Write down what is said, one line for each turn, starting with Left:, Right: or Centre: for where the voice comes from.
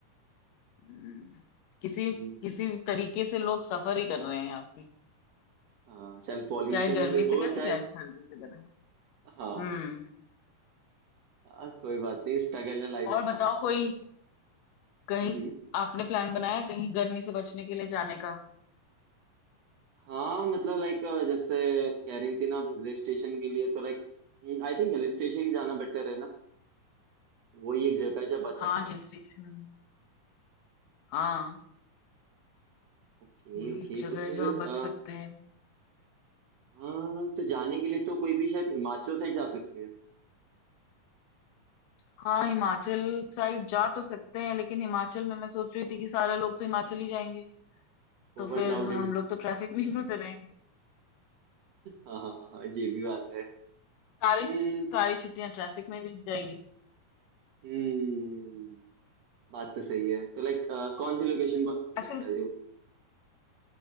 Left: हम्म, किसी
Right: हम्म,
Left: किसी तरीके से लोग सफर ही कर रहे हैं यहाँ पे
Right: हाँ चल पॉल्यूशन
Left: चाहे गर्मी
Right: से
Left: से
Right: हो
Left: करें
Right: चाहे
Left: चाहे सर्दी से करें
Right: हाँ
Left: हम्म
Right: हाँ, कोई बात नहीं स्ट्रगल है लाइफ
Left: और बताओ
Right: का
Left: कोई कहीं
Right: हम्म
Left: आपने प्लान बनाया कहीं गर्मी से बचने के लिए जाने का
Right: हाँ मतलब लाइक जैसे कह रही थी ना हिल स्टेशन के लिए तो like I think hill station ही जाना बेटर है ना वही एक जगह है जहाँ बच सकते
Left: हाँ
Right: हैं
Left: हिल स्टेशन हाँ
Right: ओके
Left: वही
Right: ओके
Left: एक जगह
Right: तो फिर
Left: है जहाँ
Right: अ,
Left: बच सकते हैं
Right: हाँ तो जाने के लिए तो कोई भी शायद हिमाचल साइड जा सकते हैं
Left: हाँ हिमाचल साइड जा तो सकते हैं लेकिन हिमाचल में मैं सोच रही थी कि सारे लोग तो हिमाचल ही जाएंगे तो
Right: Over
Left: फिर
Right: crowded
Left: हम लोग तो ट्रैफिक में ही फंसे रहेंगे
Right: हाँ हाँ हाँ हाँ, ये भी बात है
Left: सारी
Right: हम्म
Left: सारी छुट्टियां ट्रैफिक में बीत जाएंगी
Right: हम्म बात तो सही है तो लाइक कौन सी लोकेशन हो
Left: एक्चुअली
Right: सकता है जो